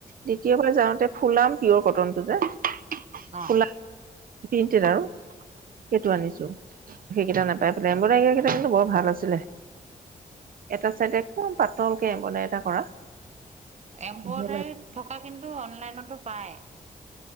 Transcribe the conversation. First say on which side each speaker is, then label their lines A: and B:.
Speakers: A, on the right; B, on the right.
A: দ্বিতীয় বাৰ যাওঁতে ফুলাম পিয়ৰ কটনটো যে,।
B: অ'
A: ফুলা প্ৰিণ্টেড আও। সেইটো আনিছো, সেইকেইটা নাপাই পেলাই এম্প্ৰদাই কেইটা কিন্তু বৰ ভাল আছিলে। এটা চাইদে একদম পাতলকে এম্ব্ৰইডাৰী এটা কৰা।
B: এম্প্ৰদাই
A: বঢ়িয়া লাগে
B: থকা কিন্তু অনলাইনতো পায়।